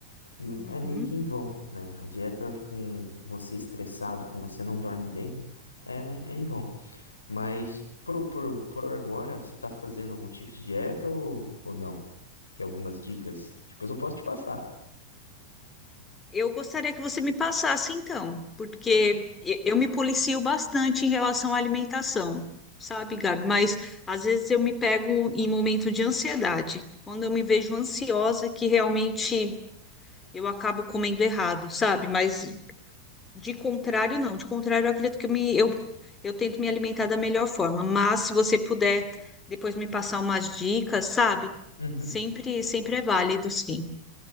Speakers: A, on the left; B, on the left.
A: Não-
B: Uhum.
A: É meio que em vão, né? A dieta com você estressado, com você não dorme bem, é, é em vão. Mas por, por, por agora, você tá fazendo algum tipo de dieta ou, ou não? Que algumas dicas, depois eu posso te passar.
B: Eu gostaria que você me passasse então, porque e- eu me policio bastante em relação à alimentação, sabe, Gabi? Mas às vezes eu me pego em momento de ansiedade, quando eu me vejo ansiosa, que realmente eu acabo comendo errado, sabe? Mas De contrário, não. De contrário, eu acredito que me, eu, eu tento me alimentar da melhor forma. Mas se você puder depois me passar umas dicas, sabe?
A: Uhum.
B: Sempre, sempre é válido, sim.